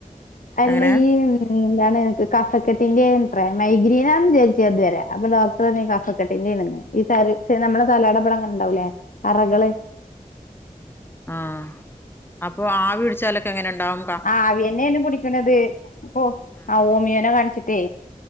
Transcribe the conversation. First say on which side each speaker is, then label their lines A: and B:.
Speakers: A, on the left (about 70°); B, on the left (about 15°).
A: അല്ല
B: എങ്ങനെ
A: ഈ എന്താണ് എനിക്ക് കഫക്കെട്ടിന്റെണത്ര മൈഗ്രീനാന്ന് വിചാരിച്ചത് തുവരെ അപ്പൊ ഡോക്ടറ് പറഞ്ഞ് കഫക്കെട്ടിന്റെണെന്ന്. ഈ സ നമ്മളെ തലേടെ ഇവിടെ ഇങ്ങനെ ഇണ്ടാവോലേ അറകള്-
B: ആഹ് ആഹ് അപ്പൊ ആവി പിടിച്ചാലൊക്കെ എങ്ങനെ ഉണ്ടാവുന്ന്.
A: ആവിന്നെന്ന് പിടിക്ക്ണത്. ഇപ്പൊ
B: ആഹ്
A: ആ ഓമിയോനെ കാണിച്ചിട്ടേ